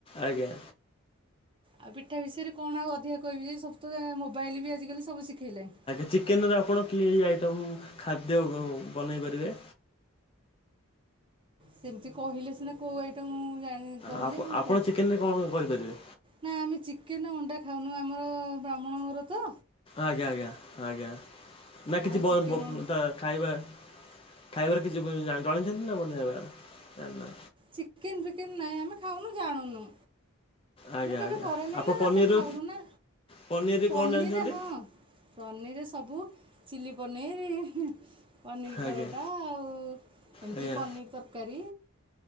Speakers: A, on the left; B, on the right.
A: ଆଜ୍ଞା।
B: ଆଉ ପିଠା ବିଷୟରେ କଣ ଆଉ ଅଧିକା କହିବି ଯେ ସ ମୋବାଇଲ୍ ବି ଆଜିକାଲି ସବୁ ଶିଖେଇଲାଣି।
A: ଚିକେନ୍ରେ ଆପଣ କିଏ ଏହି ଆଇଟମ୍ ଖାଦ୍ୟ ବନେଇ ପାରିବେ।
B: ସେମ୍ତି କହିଲେ ସିନା କୋଉ ଆଇଟମା ମୁଁ ଜାଣି କହିଲେ
A: ଆ
B: ମୁଁ
A: ଆପଣ
B: କହିଲି
A: ଚିକେନ୍ ରେ କଣ କରିପାରିବେ।
B: ନା ଆମେ ଚିକେନ୍ ଅଣ୍ଡା ଖାଉନୁ ଆମର ବ୍ରାହ୍ମଣ ଘର ତ।
A: ଆଜ୍ଞା ଆଜ୍ଞା ଆଜ୍ଞା ନା କିଛି
B: ଆମେ
A: ବ
B: ଚିକେନ୍ ଅଣ୍ଡା
A: ଖାଇବା ଖାଇବାରେ କିଛି ଉ ଜଣେଛନ୍ତି ନା ବନେଇବାର ଜାଣିନା
B: ଚିକେନ ଫିକେନ ନାହିଁ ଆମେ ଖାଉନୁ ଜାଣୁନୁ।
A: ଆଜ୍ଞା
B: ମୁଁ କେବେ
A: ଆଜ୍ଞା
B: କରେନି
A: ଆପଣ
B: ନା
A: ପନିରର
B: ଆମେ ଖାଉନୁ ନା
A: ପନିରରେ
B: ପନିର
A: କଣ ଜାଣିଛନ୍ତି?
B: ହଁ। ପନିର ସବୁ ଚିଲ୍ଲି ପନିର୍ ପନିର ପରଟା
A: ଆଜ୍ଞା
B: ଆଉ ଏମିତି
A: ଆଜ୍ଞା
B: ପନିର ତରକାରୀ।